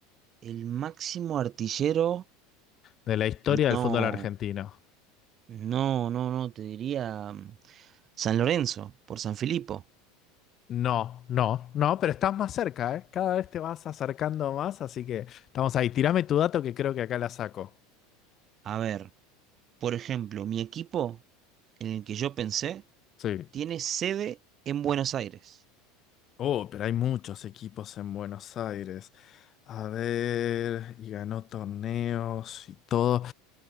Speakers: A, on the right; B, on the left.
A: El máximo artillero...
B: de la historia del
A: No,
B: fútbol argentino.
A: no, no, no, te diría mm, San Lorenzo, por San Filipo.
B: No, no, no, pero estás más cerca, ¿eh? Cada vez te vas acercando más, así que estamos ahí. tirame tu dato que creo que acá la saco.
A: A ver, por ejemplo, mi equipo en el que yo pensé
B: Sí.
A: tiene sede en Buenos Aires.
B: Oh, pero hay muchos equipos en Buenos Aires. A ver, y ganó torneos y todo.